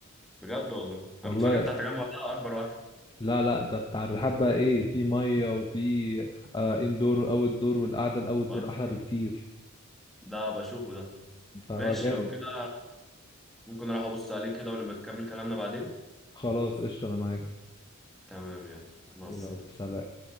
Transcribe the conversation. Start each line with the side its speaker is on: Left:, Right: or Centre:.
Centre: بجد والله انا
Left: والله
Centre: كنت فاكر بتاع التجمع ده اكبر واحد
Left: لا لا ده بتاع الرحاب بقى ايه في ميه وفي آه اندور واوت دور والقعده الاوت دور
Centre: ودي
Left: احلى بكتير
Centre: ده بشوفه ده
Left: فهو
Centre: ماشي
Left: جامد
Centre: لو كده ممكن اروح ابص عليه كده ونبقى نكمل كلامنا بعدين
Left: خلاص قشطه انا معاك
Centre: تمام يلا مع
Left: يلا
Centre: السلامة
Left: سلام